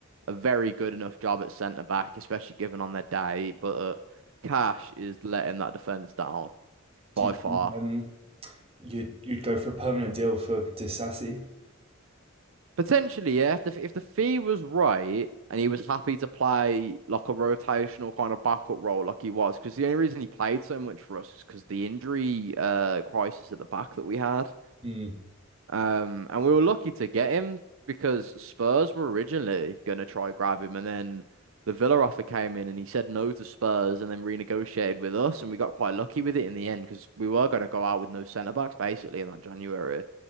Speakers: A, on the right; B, on the right.
A: a very good enough job at centre back, especially given on their day. But uh, Cash is letting that defence down by
B: Do you
A: far.
B: think um, you'd, you'd go for a permanent deal for Disassi?
A: Potentially, yeah. If the if the fee was right and he was happy to play like a rotational kind of backup role, like he was, because the only reason he played so much for us is because the injury uh crisis at the back that we had.
B: Hmm.
A: Um, and we were lucky to get him because Spurs were originally gonna try grab him, and then the Villa offer came in and he said no to Spurs and then renegotiated with us, and we got quite lucky with it in the end because we were gonna go out with no centre backs basically in that January.